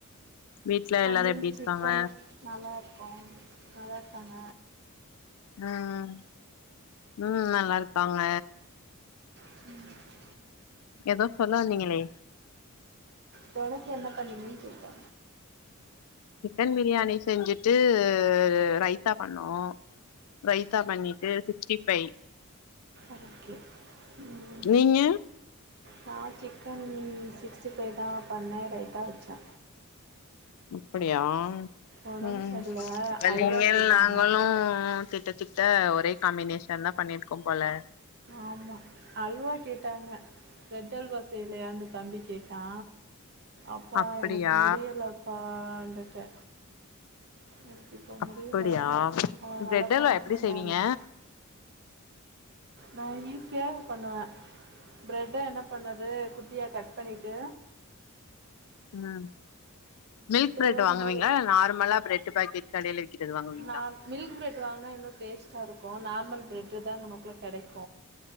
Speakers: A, on the left; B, on the right.
A: வீட்டல
B: பன்னீர்
A: எல்லாரு எப்டி இருக்காங்க
B: சிக்கன் நல்லா இருக்கோ அதா பண்ண
A: ம் ம் நல்லா இருக்காங்க
B: ம்
A: எதோ சொல்ல வந்திங்களே
B: <inaudible> என்ன பண்ணீங்கன் கேட்டே
A: சிக்கன் பிரியாணி செஞ்சுட்டு இது ரைத்தா பண்ணோ ரைத்தா பண்ணிட்டு சிஸ்டி ஃபை
B: ஓகே ம்
A: நீங்க
B: நா சிக்கன் சிக்ஸ்டி ஃபைவ் தா பண்ணே ரைத்தா வெச்சே
A: அப்படியா
B: உடம்பு
A: ம்
B: சரியில்லை
A: அப்ப
B: அல்வா
A: நீங்கள்
B: கேட்டாங்க
A: நாங்களு கிட்ட தட்ட ஒரே காம்பினேஷன் தா பண்ணிருக்கோம் போல
B: ஆமா அல்வா கேட்டாங்க பிரட் அல்வா செய்லையான்னு தம்பி கேட்டா அப்பா
A: அப்படியா
B: எனக்கு முடியல ப்பா வந்துட்டே எனக்கு இப்ப முடியல
A: அப்படியா
B: அதனால
A: பிரெட் அல்வா
B: பண்ண
A: எப்டி
B: முடில
A: செய்வீங்க
B: எனக் நா ஈஸியா பண்ணுவே பிரட்ட என்ன பண்ணது குட்டியா கட் பண்ணிட்டு
A: ம் மில்க் பிரெட்
B: செவ்வகம்
A: வாங்குவீங்ளா
B: மாதிரி
A: நார்மலா பிரெட்டு பாக்கெட் கடைல விக்றது வாங்குவீங்ளா
B: நா மில்க் ப்ரெட்டு வாங்கினா இன்னு டேஸ்ட்டா இருக்கு நார்மல் ப்ரெட்டு் தா இங்குன குள்ள கெடைக்கு